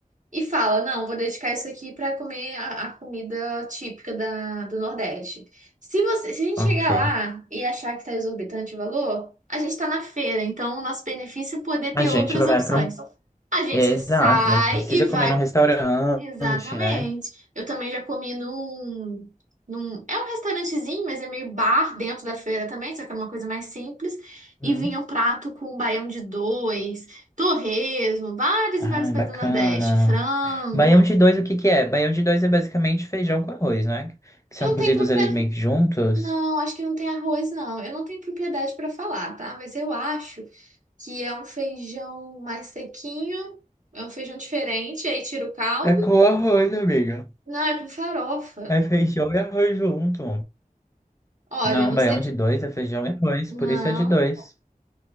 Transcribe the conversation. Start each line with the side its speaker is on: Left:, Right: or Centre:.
Right: e fala, não, vou dedicar isso aqui para comer a, a comida típica da, do Nordeste. Se você, se a gente
Left: Ok.
Right: chegar lá e achar que tá exorbitante o valor, a gente tá na feira, então o nosso benefício é poder ter
Left: A gente
Right: outras
Left: vai
Right: opções.
Left: para um.
Right: A gente
Left: É, exato,
Right: sai
Left: não precisa
Right: e vai
Left: comer num restaurante,
Right: Exatamente.
Left: né?
Right: Eu também já comi num num- é um restaurantezinho, mas é meio bar dentro da feira também, só que é uma coisa mais simples.
Left: Hum.
Right: E vinha um prato com um baião de dois, torresmo, várias
Left: Ai,
Right: e várias coisas
Left: bacana.
Right: do Nordeste, frango.
Left: Baião de dois, o que que é? Baião de dois é basicamente feijão com arroz, né? Que são
Right: Eu não
Left: cozidos
Right: tenho propriedade.
Left: ali meio que juntos.
Right: Não, acho que não tem arroz, não. Eu não tenho propriedade para falar, tá? Mas eu acho que é um feijão mais sequinho, é um feijão diferente, aí tira o caldo.
Left: É com arroz, amiga.
Right: Não, é com farofa.
Left: É feijão e arroz junto.
Right: Olha,
Left: Não,
Right: eu não
Left: baião
Right: sei. de-
Left: de dois é feijão e arroz,
Right: Não.
Left: por isso é de dois.